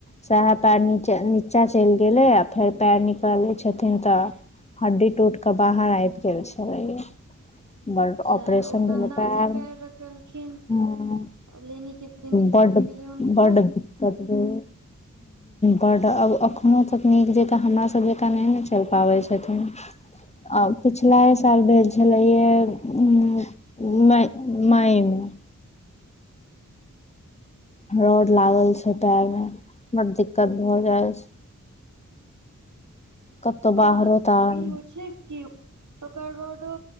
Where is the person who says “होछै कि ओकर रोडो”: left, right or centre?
Right